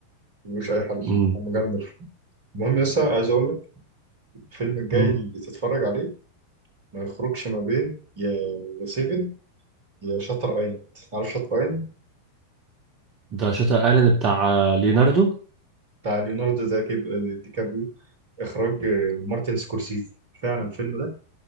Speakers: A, on the right; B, on the right.
A: ملوش أي حل
B: امم
A: عم جندلف المهم يس عايز أقول لك الفيلم الجاي
B: أمم.
A: اللي تتفرج عليه ما يخرجش ما بين يا يا سيفن يا شاتر ايلاند عارف شاتر ايلاند
B: ده شاتر ايلاند بتاع آه، ليوناردو
A: بتاع ليوناردو دا كيب- آه، دي كابريو اخراج آه، مارتن سكورسيزي فعلا الفيلم ده